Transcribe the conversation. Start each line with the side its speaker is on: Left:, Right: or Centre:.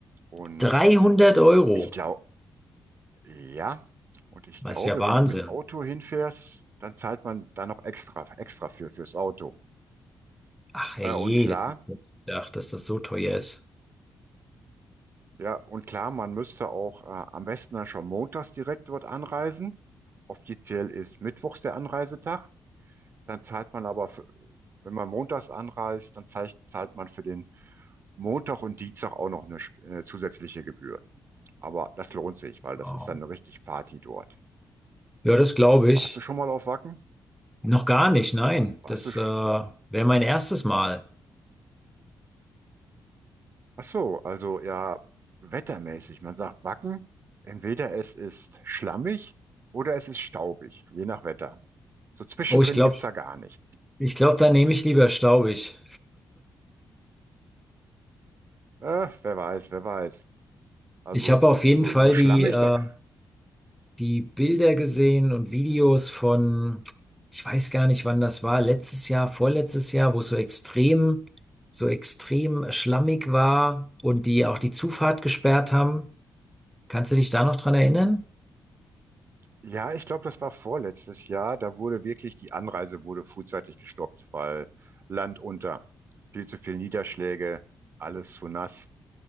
Right: Und
Centre: 300 Euro,
Right: ich glaube, ja, und ich
Centre: das
Right: glaube,
Centre: ist ja Wahnsinn.
Right: wenn du mit Auto hinfährst, dann zahlt man da noch extra, extra für, fürs Auto.
Centre: Ach herrje,
Right: Äh, und klar,
Centre: das- ich hab gedacht, dass das so teuer ist.
Right: Ja, und klar, man müsste auch äh, am besten dann schon montags direkt dort anreisen. Offiziell ist mittwochs der Anreisetag. Dann zahlt man aber, für, wenn man montags anreist, dann zahlt, zahlt man für den Montag und Dienstag auch noch eine, sp- äh, zusätzliche Gebühr. Aber das lohnt sich, weil das
Centre: Oh.
Right: ist dann eine richtig Party dort.
Centre: Ja, das glaube
Right: Warst
Centre: ich.
Right: du schon mal auf Wacken?
Centre: Noch gar nicht, nein.
Right: Warst
Centre: Das
Right: du? sch-
Centre: äh, wäre mein erstes Mal.
Right: Ach so, also ja, wettermäßig. Man sagt Wacken, entweder es ist schlammig oder es ist staubig, je nach Wetter. So zwischendrin
Centre: Oh, ich glaube,
Right: gibt's ja gar nichts.
Centre: ich glaube, dann nehme ich lieber staubig.
Right: Äh, wer weiß, wer weiß. Also
Centre: Ich habe auf jeden
Right: so,
Centre: Fall
Right: so schlammig
Centre: die, äh,
Right: da.
Centre: die Bilder gesehen und Videos von, ich weiß gar nicht, wann das war, letztes Jahr, vorletztes Jahr, wo es so extrem, so extrem schlammig war und die auch die Zufahrt gesperrt haben. Kannst du dich da noch dran erinnern?
Right: Ja, ich glaube, das war vorletztes Jahr. Da wurde wirklich die Anreise wurde frühzeitig gestoppt, weil Land unter, viel zu viel Niederschläge, alles zu nass.